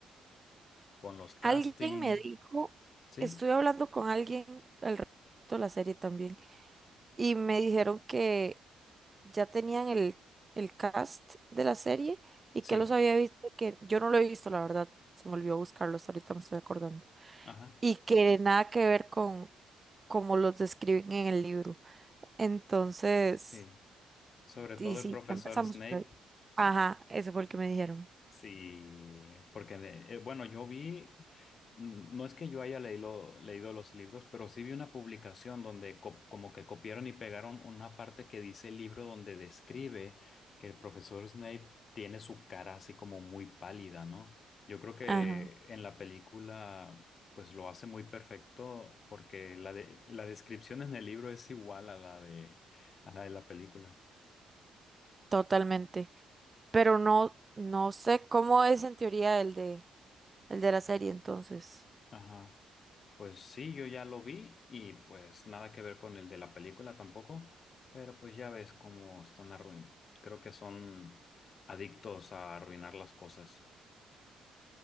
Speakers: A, on the left; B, on the right.
A: con los castings,
B: Alguien me dijo,
A: ¿sí?
B: estuve hablando con alguien al respecto de la serie también, y me dijeron que ya tenían el, el cast de la serie y que
A: Sí,
B: los había visto, que yo no lo he visto, la verdad, se me olvidó buscarlo, hasta ahorita me estoy acordando,
A: ajá,
B: y que nada que ver con como los describen en el libro. Entonces,
A: sí. Sobre todo
B: y sí,
A: el profesor
B: ya empezamos
A: Snape.
B: por ahí. Ajá, ese fue el que me dijeron.
A: Sí, porque eh, bueno, yo vi, n- no es que yo haya leído, leído los libros, pero sí vi una publicación donde co- como que copiaron y pegaron una parte que dice el libro donde describe que el profesor Snape tiene su cara así como muy pálida, ¿no? Yo creo que
B: Ajá.
A: en la película pues lo hace muy perfecto porque la de, la descripción en el libro es igual a la de, a la de la película.
B: totalmente. Pero no, no sé cómo es en teoría el de, el de la serie, entonces.
A: Ajá. Pues sí, yo ya lo vi y pues nada que ver con el de la película tampoco, pero pues ya ves cómo están arruin, creo que son adictos a arruinar las cosas.